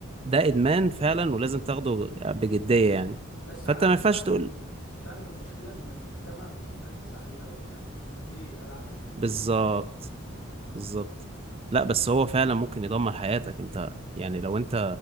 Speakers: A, on the right; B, on the left.
A: ده ادمان فعلا ولازم تاخده بجدية يعني
B: بس
A: فانت
B: عارف
A: ما ينفعش
B: تعرف
A: تقول
B: تعرف المشكله ان المجتمع مش مركز عليه قوي يعني ايه العاب الكترونيه
A: بالظبط
B: اه
A: بالظبط لا بس هو فعلا ممكن يدمر حياتك انت يعني لو انت